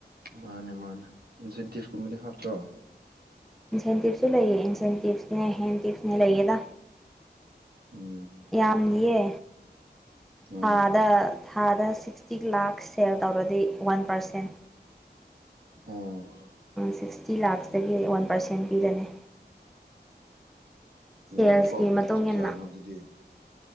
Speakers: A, on the right; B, in the centre.
A: ꯃꯥꯅꯦ ꯃꯥꯅꯦ ꯏꯟꯁꯦꯟꯇꯤꯞꯀꯨꯝꯕꯗꯤ ꯍꯥꯞꯇ꯭ꯔꯣ
B: ꯏꯟꯁꯦꯟꯇꯤꯞꯁꯨ ꯂꯩꯌꯦ ꯏꯟꯁꯦꯟꯇꯤꯞꯁꯅꯦ ꯍꯦꯟꯇꯤꯞꯁꯅꯦ ꯂꯩꯌꯦꯗ
A: ꯎꯝ
B: ꯌꯥꯝꯒꯤꯌꯦ
A: ꯑꯣ
B: ꯊꯥꯗ ꯊꯥꯗ ꯁꯤ ꯁꯤꯇꯤ ꯂꯥꯛ ꯁꯦꯜ ꯇꯧꯔꯗꯤ ꯋꯥꯟ ꯄꯥꯔꯁꯦꯟ
A: ꯎꯝ
B: ꯁꯤꯛꯁꯇꯤ ꯂꯥꯛꯁꯇꯒꯤ ꯑꯩ ꯋꯥꯟ ꯄꯥꯔꯁꯦꯟ ꯄꯤꯔꯅꯤ ꯁꯦꯜꯁꯀꯤ
A: ꯌꯦꯡꯉꯤꯀꯣ
B: ꯃꯇꯨꯡ
A: ꯀꯌꯥꯅꯣ
B: ꯏꯟꯅ
A: ꯑꯗꯨꯗꯤ